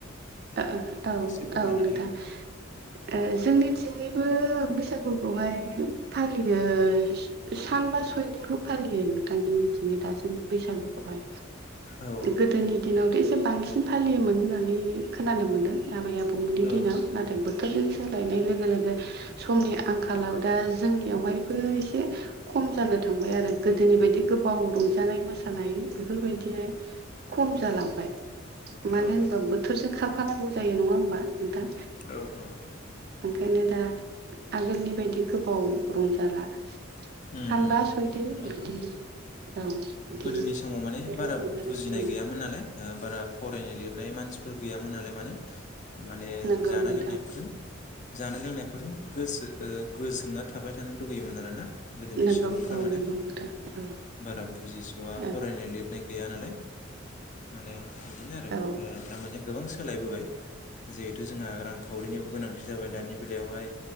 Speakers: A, on the right (about 50°); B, on the left (about 40°).
A: औ
B: एसे फोरमायनानै
A: औ नोंथां
B: होदो
A: ओ जोंनि बिथिंजायबो बैसागुखौहाय फालियो सानबा सयदिनखौ फालियो नोंथां जोंनिथिं दासिम बैसागुखौहाय
B: औ
A: गोदोनि दिनावथ' एसे बांसिन फालियोमोन होननानै खोनानो मोनदों आबै आबौमोननि
B: औ
A: दिनाव नाथाय बोथोरजों सोलायनाय लोगो लोगो समनि आंखालाव दा जोंनियावहायबो एसे खम जानो थांबाय आरो गोदोनि बायदि गोबाव रंजानाय मोसानाय बेफोरबायदि खम जालांबाय मानो
B: औ
A: होनबा बोथोरजों नांगौ जायो नङा होमबा नोंथां
B: औ औ
A: ओंखायनो दा आगोलनि बायदि गो गोबाव रंजाला
B: उम
A: सानबा
B: उम
A: सैदिन
B: नंगौ नोंथां
A: बिदि औ बिदिल'
B: गोदोनि समाव माने बारा
A: रंजानाय
B: बुजिनाय
A: जायो
B: गैयामोन नालाय बारा फरायनाय लिरनाय मानसि बेफोर गैयामोन नालाय माने माने
A: नंगौ
B: जानाय
A: नोंथां
B: लोंनायफोरजों जानाय लोंनायफोरजों गोसो ओ गोसो गो‌जोनो थाबाय थानो लुगैयोमोन आरोना गोदोनि
A: नंगौ
B: सुबुंफोरा
A: औ
B: माने
A: नंगौ नोंथां औ
B: बारा जिस'आ
A: नंगौ
B: फरायनाय लिरनाय गैया नालाय माने बिदिनो आरो
A: औ
B: थारमाने गोबां सोलायबोबाय जिहेथु जोंहा रांखौ रांखावरिनिबो गोनांथि जाबाय दानि बेलायावहाय